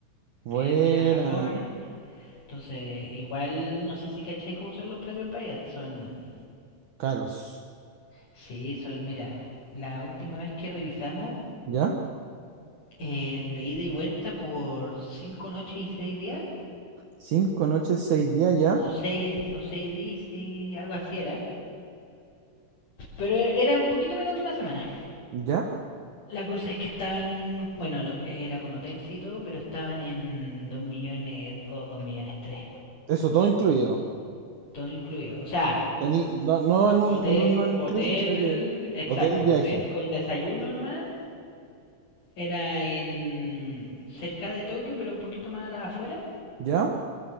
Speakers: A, on the right; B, on the left.
A: Buena.
B: queremos ir a Japón. Entonces igual no sé si cachai cómo son los precios para allá. Son,
A: Caros.
B: sí, son, mira, la última vez que revisamos
A: ¿Ya?
B: el de ida y vuelta por cinco noches y seis días
A: Cinco noches, seis días, ¿ya?
B: o, o seis o seis días y algo así era. Pero era un poquito menos de una semana.
A: ¿Ya?
B: La cosa es que estaban, bueno, lo- era con hotelcito, pero estaban en 2 millones dos 2 millones tres,
A: Eso todo incluido.
B: Todo incluido. O sea,
A: Tení- no, no en
B: hotel,
A: un, en un non
B: hotel,
A: inclusive, sino que
B: exacto,
A: hotel, viaje.
B: hotel con desayuno nomás. Era en cerca de Tokio, pero un poquito más a la afuera.
A: ¿Ya?